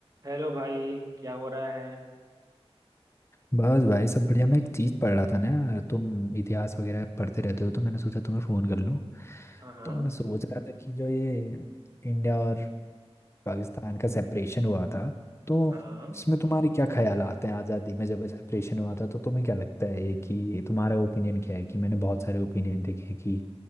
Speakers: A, on the right (about 35°); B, on the left (about 25°).
A: Hello भाई क्या हो रहा है
B: बस भाई सब बढ़िया मैं एक चीज़ पढ़ रहा था ना यार तुम इतिहास वगैरह पढ़ते रहते हो तो मैंने सोचा तुम्हें फ़ोन कर लूँ
A: हाँ हाँ
B: तो मैं सोच रहा था कि जो ये इंडिया और पाकिस्तान का सेपरेशन हुआ था तो
A: हाँ
B: इसमें तुम्हारे क्या ख्याल आते हैं आज़ादी में जब सेपरेशन हुआ था तो तुम्हें क्या लगता है ये कि तुम्हारा ओपिनियन क्या है कि मैंने बहुत सारे ओपिनियन देखे हैं कि